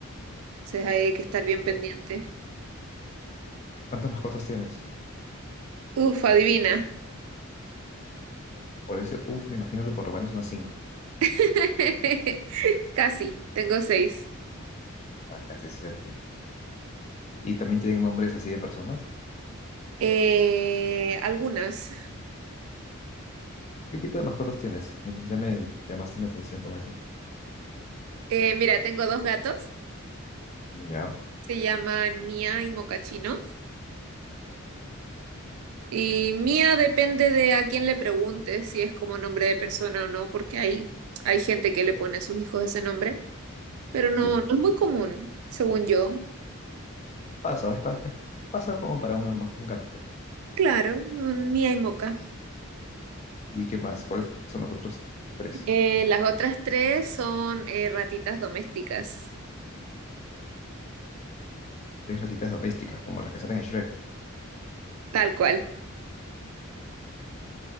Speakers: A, on the right; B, on the left.
A: Entonces ahí hay que estar bien pendiente.
B: <laughs> ¿Cuántas mascotas tienes?
A: Uf, adivina.
B: Por ese, uff, me imagino que por lo menos unas cinco.
A: <laughs> Casi, tengo seis.
B: Ah, casi es cierto. Y también tienen nombres así de personas.
A: Eh, algunas.
B: ¿Qué tipo de mascotas tienes? Me- Ya me llamaste mi atención con eso.
A: Eh, mira, tengo dos gatos.
B: Ya.
A: Se llaman Mía y Mocachino. Y Mía depende de a quién le preguntes si es como nombre de persona o no, porque hay, hay gente que le pone a sus hijos ese nombre. Pero no,
B: Sí.
A: no es muy común, según yo.
B: Pasa, es pas- es- pasa como para una ma- un gatito.
A: Claro, mm, Mía y Moca.
B: ¿Y qué más? ¿Cuáles son los otros tres?
A: Eh, las otras tres son eh, ratitas domésticas,
B: Tres ratitas domésticas, como las que salen en Shrek.
A: tal cual.